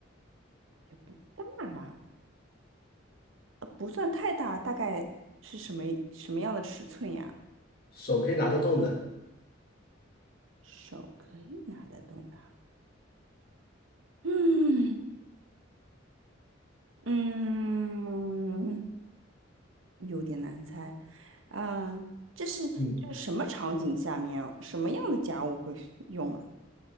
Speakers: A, on the right; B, on the left.
A: 也不大啊，呃不算太大，大概是什么什么样的尺寸呀？
B: 手可以拿得动的。
A: 手可以拿得动的。嗯嗯。有点难猜，啊、这是这是什么场景下面，
B: 嗯，
A: 什么样的家务会用啊？